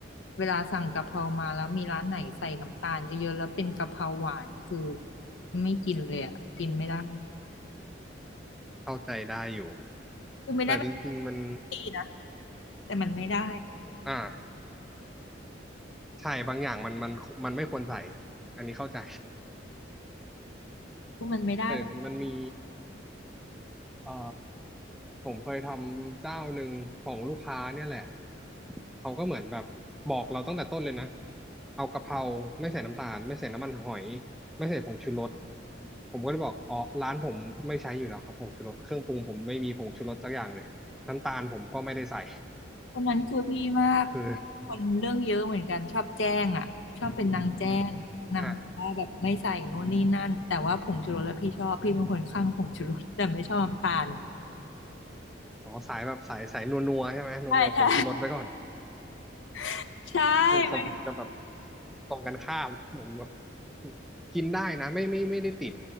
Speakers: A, on the left (about 80°); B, in the centre.
A: เวลาสั่งกะเพรามาแล้วมีร้านไหนใส่น้ำตาลเยอะๆแล้วเป็นกะเพราหวานคือไม่กินเลยอ่ะกินไม่ได้
B: เข้าใจได้อยู่
A: คือไม่ได้ไม่
B: แต่จริงๆมัน
A: ดีนะแต่มันไม่ได้
B: อ่าใช่บางอย่างมันมันมันไม่ควรใส่อันนี้เข้าใจ
A: คือมันไม่ได้เลย
B: <laughs> แต่มันมีเอ่อ ผมเคยทำเจ้าหนึ่งของลูกค้าเนี่ยแหละ เขาก็เหมือนแบบบอกเราตั้งแต่ต้นเลยนะ เอากะเพราไม่ใส่น้ำตาลไม่ใส่น้ำมันหอยไม่ใส่ผงชูรสผมก็เลยบอกอ๋อร้านผมไม่ใช้อยู่แล้วครับผงชูรสเครื่องปรุงผมไม่มีผงชูรสสักอย่างเลยน้ำตาลผมก็ไม่ได้ใส่
A: คนนั้นคือพี่มาก
B: คือ
A: คนเรื่องเยอะเหมือนกันชอบแจ้งอ่ะชอบเป็นนางแจ้งนางว่าแบบไม่ใส่โน่นนี่นั่นแต่ว่าผงชูรสแล้วพี่ชอบพี่เป็นคนข้างผงชูรสแต่ไม่ชอบน้ำตาล
B: อ่าอ๋อสายแบบสายสายนัวๆใช่ไหมนัวๆผงชูรสไว้ก่อน
A: ใช่ใช่ <laughs> ใช่เป็น
B: ของผมจะแบบ ตรงกันข้ามผมแบบกินได้นะไม่ไม่ไม่ได้ติด